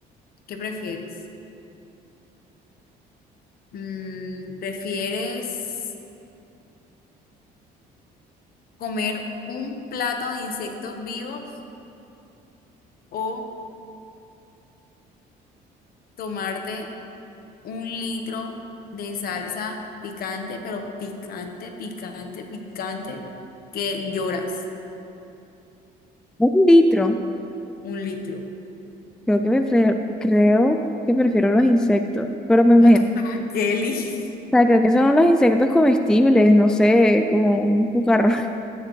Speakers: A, on the left; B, in the centre.
A: ¿qué prefieres? Mm, ¿prefieres comer un plato de insectos vivos o tomarte un litro de salsa picante, pero picante, picante, picante, que lloras.
B: Un litro.
A: Un litro.
B: Creo que, me fe- creo que prefiero los insectos, pero me imagino.
A: Mato para Kelly. <laughs>
B: O sea, creo que son los insectos comestibles, no sé, como un cucarro. <laughs>